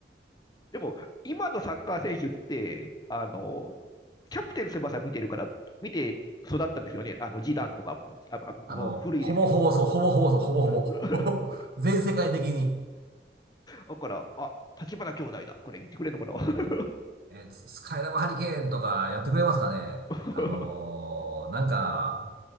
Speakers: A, on the left; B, on the right.
A: でも、今のサッカー選手って、あの、キャプテン翼見てるから、見て育ったんですよね。あの、ジダンとかも、あ、あもう古いですけど。
B: あの、ほぼほぼそう、ほぼほぼそう、ほぼほぼ。
A: <laughs>
B: <laughs> 全世界的に、
A: だから、あ、立花兄弟だ。これ言ってくれるのかな <laughs>
B: えーススカイラブハリケーンとかやってくれますかね。
A: うん <laughs>
B: あのーなんか、